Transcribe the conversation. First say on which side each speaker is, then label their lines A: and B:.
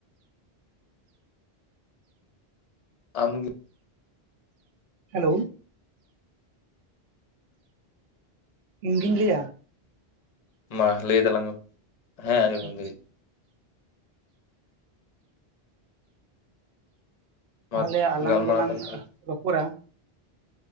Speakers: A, on the left; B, on the right.
A: ᱟᱢᱜᱤ
B: ᱦᱮᱞᱳ ᱾ ᱤᱧᱜᱤᱧ ᱞᱟᱹᱭᱟ?
A: ᱢᱟ ᱞᱟᱹᱭ ᱛᱟᱞᱟᱝ ᱢᱮ ᱾ ᱦᱮᱸ ᱟᱡᱚᱸᱢ ᱧᱟᱢ
B: ᱟᱪᱪᱷᱟ
A: ᱫᱟᱞᱤᱧ ᱾ ᱢᱟ
B: ᱛᱟᱦᱚᱞᱮ ᱟᱞᱟᱝ
A: ᱜᱟᱞᱢᱟᱨᱟᱣ
B: ᱫᱚᱞᱟᱝ
A: ᱛᱟᱦᱚᱞᱮ
B: ᱨᱚᱯᱚᱲᱟ